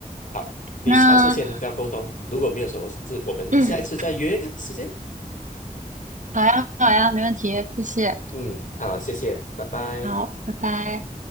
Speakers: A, on the left; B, on the right.
A: 好，你尝试先跟他沟通，
B: 那，
A: 如果没有什么事，我们下一次再约一个时间。
B: 嗯，好呀，好呀，没问题，谢谢。
A: 嗯，好，谢谢，拜拜。
B: 好，拜拜。